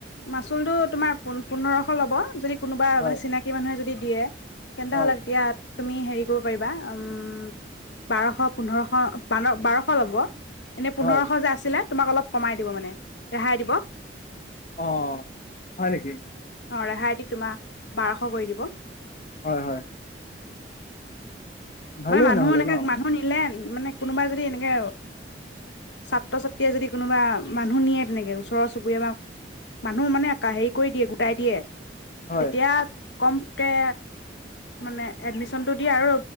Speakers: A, on the left; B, on the left.
A: মাচুলটো তোমাৰ পোন্ধৰশ ল'ব যদি কোনোবা
B: হয়
A: মানে চিনাকি মানুহে যদি দিয়ে তেন্তে
B: হয়
A: হ'লে তেতিয়া তুমি হেৰি কৰিব পাৰিবা উম বাৰশ পোন্ধৰশ বাৰশ ল'ব এনেই
B: হয়
A: পোন্ধৰশ যে আছিলে তোমাক অলপ কমাই দিব মানে ৰেহাই দিব।
B: অ হয় নেকি
A: অ ৰেহাই দি তোমাৰ বাৰশ কৰি দিব
B: হয় হয় ভালেই
A: মানে মানুহ
B: নহ'লে
A: এনেকে
B: ন
A: মানুহ নিলে মানে কোনোবা যদি এনেকে ছাত্ৰ ছাত্ৰীয়ে যদি কোনোবা মানুহ নিয়ে তেনেকে ওচৰৰ চুবুৰীয়া বা মানুহ মানে হেৰি কৰি দিয়ে গোটাই দিয়ে
B: হয়
A: তেতিয়া কমকে মানে এডমিশনটো দিয়ে আৰু